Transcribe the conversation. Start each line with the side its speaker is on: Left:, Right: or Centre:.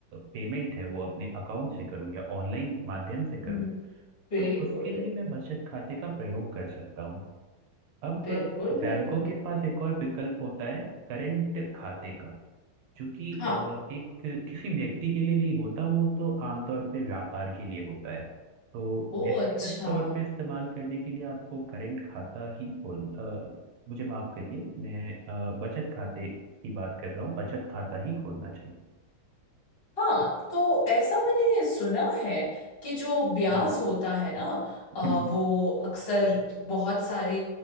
Right: पेमेंट है वो अपने अकाउंट से करूँ या ऑनलाइन माध्यम से करूँ
Left: हम्म, बिल्कुल
Right: तो उसके लिए मैं बचत खाते का प्रयोग कर सकता हूँ अब
Left: बिल्कुल बिल्कुल
Right: बैंकों के पास एक और विकल्प होता है करंट खाते का जो कि
Left: हाँ
Right: अ, एक किसी व्यक्ति के लिए नहीं होता वो तो आमतौर पे व्यापार के लिए होता है तो
Left: ओ
Right: व्यक्तिगत
Left: अच्छा
Right: तौर पे इस्तेमाल करने के लिए आपको करंट खाता ही खोल अ, मुझे माफ करिए मैं अ, बचत खाते की बात कर रहा हूँ बचत खाता ही खोलना चाहिए
Left: हाँ तो ऐसा मैंने सुना है कि जो ब्याज
Right: हम्म,
Left: होता है ना अ,
Right: हम्म,
Left: वो अक्सर बहुत सारे